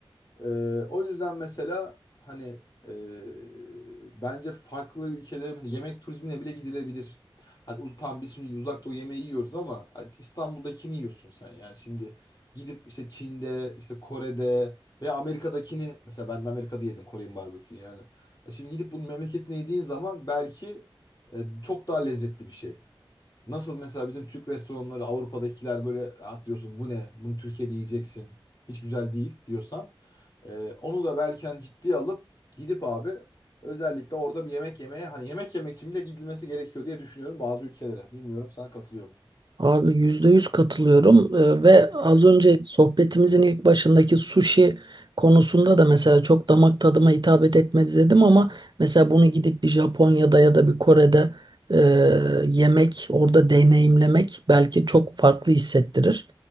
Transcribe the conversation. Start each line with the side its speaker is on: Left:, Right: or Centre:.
Left: Ee, o yüzden mesela hani e, bence farklı ülkelere mesela yemek turizmine bile gidilebilir. Hani uz tam biz şimdi uzak doğu yemeği yiyoruz ama hani İstanbul'dakini yiyorsun sen. Yani şimdi gidip işte Çin'de, işte Kore'de veya Amerika'dakini mesela ben de Amerika'da yedim Korean barbeküyü yani. E Şimdi gidip bunun memleketine yediğin zaman belki e, çok daha lezzetli bir şey. Nasıl mesela bizim Türk restoranları Avrupa'dakiler böyle atlıyorsun bu ne? Bunu Türkiye'de yiyeceksin. Hiç güzel değil diyorsan. Ee, onu da Berken ciddiye alıp gidip abi özellikle orada bir yemek yemeye hani yemek yemek için bile gidilmesi gerekiyor diye düşünüyorum bazı ülkelere. Bilmiyorum sana katılıyor musun?
Right: Abi %100 katılıyorum Ee, ve az önce sohbetimizin ilk başındaki sushi konusunda da mesela çok damak tadıma hitap etmedi dedim ama mesela bunu gidip bir Japonya'da ya da bir Kore'de e, yemek, orada deneyimlemek belki çok farklı hissettirir.